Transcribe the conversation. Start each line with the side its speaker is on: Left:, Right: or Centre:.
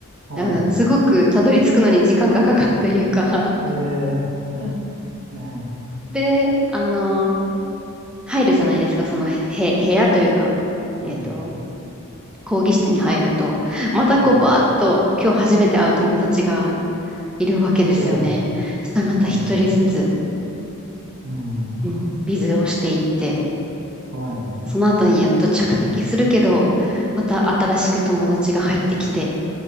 Right: はい。
Centre: うん、すごくたどり着くのに時間がかかるというか、
Right: ええ、<laughs> ええ、
Centre: で、あの、入るじゃないですか、そのへ、部屋というか、えっと、
Right: はい。
Centre: 講義室に入ると、またこう、
Right: はい。
Centre: バーッと、今日初めて会う友達がいるわけですよね。
Right: ええ、
Centre: そしたらまた一人ずつ、
Right: はい。うん。
Centre: うん、ビズをしていって、
Right: はい。
Centre: その後にやっと着席するけど、また新しく友達が入ってきて、